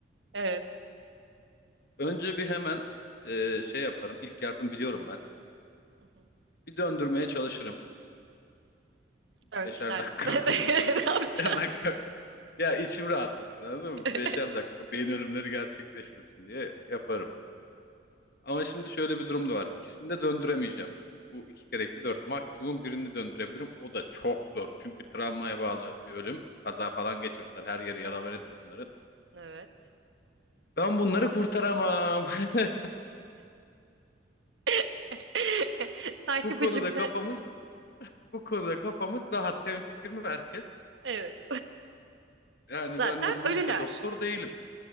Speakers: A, on the right; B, on the left.
A: Evet.
B: Önce bir hemen e, şey yaparım. İlk yardım biliyorum ben.
A: Hı hı.
B: Bir döndürmeye çalışırım.
A: Ölmüşler.
B: Beşer dakika.
A: <laughs> Ne, ne
B: <laughs>
A: yapacaksın?
B: Beşer dakika. Ya içim rahatlasın anladın
A: <laughs>
B: mı? Beşer dakika beyin ölümleri gerçekleşmesin diye yaparım. Ama şimdi şöyle bir durum da var. İkisini de döndüremeyeceğim. Bu iki kere iki dört. Maksimum birini döndürebilirim. O da çok zor. Çünkü travmaya bağlı bir ölüm. Kaza falan geçirdiler. Her yeri yaraberedir bunların.
A: Evet.
B: Ben bunları kurtaramam. <laughs>
A: <laughs> Sanki
B: Bu konuda
A: bu cümle.
B: kafamız, bu konuda kafamız rahat. Hemfikir mi herkes?
A: Evet.
B: Yani
A: <laughs> Zaten
B: ben de mucize
A: ölüler.
B: doktor değilim.